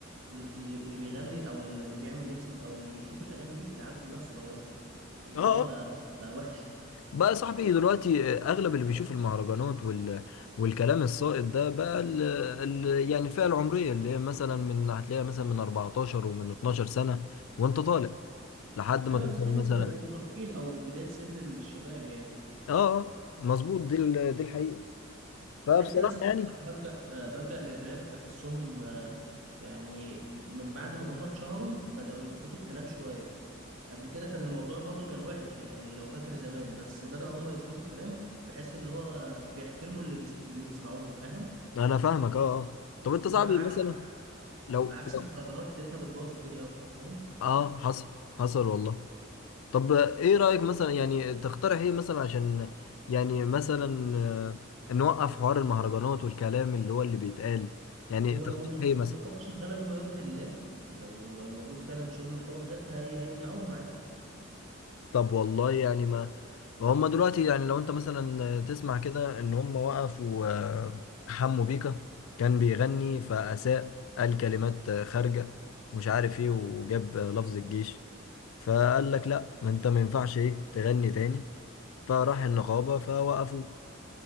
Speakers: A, on the right; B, on the left.
A: اللي بي- اللي اللي بيغني أو اللي بيعمل ليبسينج أو اللي بيشوف الأغاني دي العيال كلها الصغيرة فالموضوع
B: اه
A: بقى بقى وحش
B: بقى يا صاحبي دلوقتي اغلب اللي بيشوف المهرجانات وال... والكلام السائد ده بقى ال... ال... يعني الفئه العمريه اللي هي مثلا من هتلاقيها مثلا من 14 ومن 12 سنه وانت طالع لحد
A: أيوة
B: ما توصل
A: اللي
B: مثلا
A: هي المراهقين أو بداية سن الشباب يعني
B: اه اه مظبوط دي ال... دي الحقيقه فبصراحه
A: عشان كده صراحة
B: يعني
A: بلجأ آه، بلجأ للراب بحسهم آه، يعني من بعد ما هم اتشهروا بدأوا يظبطوا الكلام شوية قبل كده كان الموضوع برضو كان وحش يعني لو فاكر زمان بس بدأوا هم يظبطوا الكلام بحيث ان هو آه، بيحترموا اللي بيس... اللي بيسمعوهم فاهم
B: انا فاهمك اه اه طب انت
A: انما
B: صاحبي
A: العكس
B: مثلا لو
A: العكس
B: لو-
A: المهرجانات لقيتها بتبوظ الدنيا اكتر فاهم
B: اه حصل حصل والله طب ايه رأيك مثلا يعني تقترح ايه مثلا عشان يعني مثلا آه، نوقف حوار المهرجانات والكلام اللي هو اللي بيتقال يعني
A: هو
B: تقترح
A: لو الن-
B: ايه مثلا
A: النقابة شغالة بما يرضي الله لو لو موجود فعلا شغل النقابة بجد هي... هيمنعوهم عادي
B: طب والله يعني ما هم دلوقتي يعني لو انت مثلا تسمع كده ان هم وقفوا آه، حمو بيكا كان بيغني فأساء قال كلمات خارجة مش عارف ايه وجاب لفظ الجيش فقال لك لا ما انت ما ينفعش ايه تغني تاني فراح النقابة فوقفوه